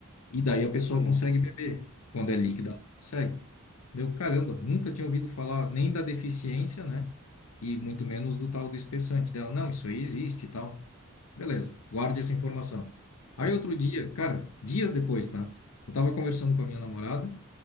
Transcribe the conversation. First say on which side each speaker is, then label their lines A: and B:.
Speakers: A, on the left; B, on the left.
A: e daí a pessoa
B: sim.
A: consegue beber. Quando
B: Uhum,
A: é líquida, ela não consegue. Deu, caramba, nunca tinha ouvido falar nem da deficiência, né? E muito menos do tal do espessante dela. Não, isso aí existe e tal. Beleza, guarde essa informação. Aí
B: tá.
A: outro dia, cara, dias depois, tá? Eu tava conversando com a minha namorada,